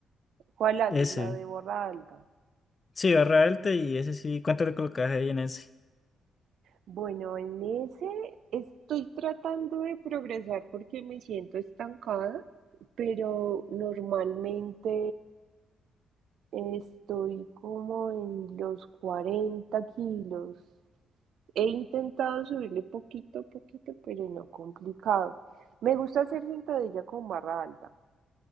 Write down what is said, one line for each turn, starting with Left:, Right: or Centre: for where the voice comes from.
Right: ¿Cuál haces?
Left: ese.
Right: La de barra alta.
Left: Sí, barra alta y ese sí. ¿Cuánto le colocas ahí en ese?
Right: Bueno, en ese estoy tratando de progresar porque me siento estancada, pero normalmente estoy como en los 40 kilos. He intentado subirle poquito a poquito, pero no complicado. Me gusta hacer sentadilla con barra alta.